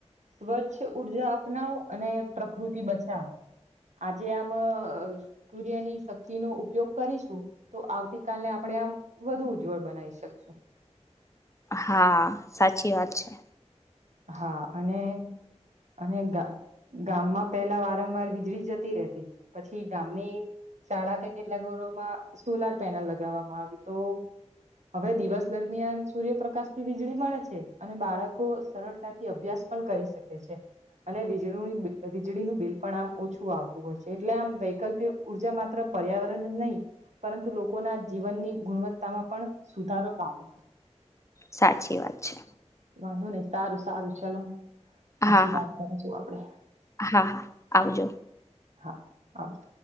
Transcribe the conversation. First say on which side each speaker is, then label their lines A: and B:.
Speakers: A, on the right; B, on the left.
A: સ્વચ્છ ઉર્જા અપનાવો અને પ્રકૃતિ બચાવો. આજે આમ સૂર્યની શક્તિનો ઉપયોગ કરીશું તો આવતી કાલને આપ ને વધુ ઉજ્જવળ બનાવી શકશું.
B: હા સાચી વાત છે
A: હા અને અને ગા ગામમાં પેલા વારંવાર વીજળી જતી રહેતી હતી પછી ગામની શાળા કે કેટલા ઘરોમાં સોલાર પેનલ લગાવવામાં આવી તો હવે દિવસ દરમિયાન સૂર્યપ્રકાશથી વીજળી મળે છે અને બાળકો સરળતાથી અભ્યાસ પણ કરી શકે છે અને વીજળી વીજળીનું બિલ પણ આમ ઓછું આવતું હોય છે એટલે આમ વૈકલ્પિક ઉર્જા માત્ર પર્યાવરણ જ નહી પરંતુ લોકોના જીવનની ગુણવત્તામાં પણ સુધારો લાવે છે.
B: સાચી વાત છે
A: વાંધો નઈ સારું સારું ચલો પછી
B: હા હા
A: વાત કરીશું આપડે
B: હા હા આવજો
A: હા આવજો